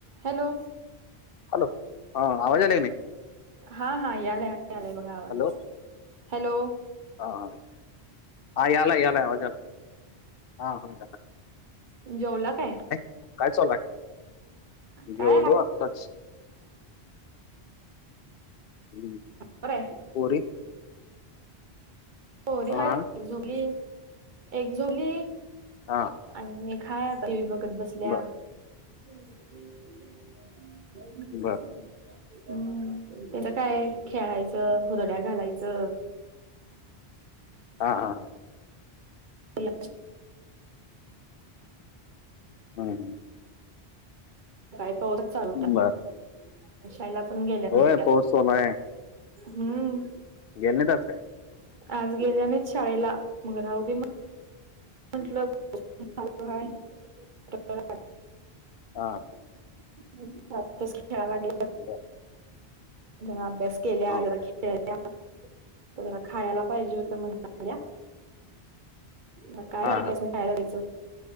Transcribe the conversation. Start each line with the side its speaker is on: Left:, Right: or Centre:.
Right: हॅलो
Left: हॅलो हा आवाज आलाय क नाही
Right: हा हा यालाय आ आलंय बघा आवाज
Left: हॅलो
Right: हॅलो
Left: हा ह हा यालाय यालाय आवाज हा हो झाला
Right: जेवला काय.
Left: काय चालू आहे जेवलो
Right: काय हाय
Left: आत्ताच. हम्म
Right: बरंय
Left: पोरी.
Right: पोरी
Left: हा
Right: ह एक झोपली एक झोली.
Left: हा
Right: आणि हे हाय आता टी व्ही बघत बसल्या.
Left: बर
Right: <unintelligible>
Left: बर
Right: हम्म त्याच काय खेळायचं हुदड्या घालायचं.
Left: हा हा ह
Right: ते
Left: ह ह
Right: काय पाऊस चालू होता
Left: बर
Right: शाळेला पण गेल्या
Left: होय
Right: नाहीत त्या.
Left: पाऊस चालू हाय.
Right: हम्म
Left: गेल्या नाही आज काय.
Right: आज गेल्या नाही शाळेला मग राहू दे म्ह म्हंटलं पाऊस चालू हाय
Left: हा
Right: <unintelligible> खेळायला लागल्यात
Left: बर
Right: जरा अभ्यास केल्या
Left: हा
Right: जरा खायला पाहिजे होतं म्हणाल्या मग काय करतेस
Left: हा हा
Right: नाही खायला तिचं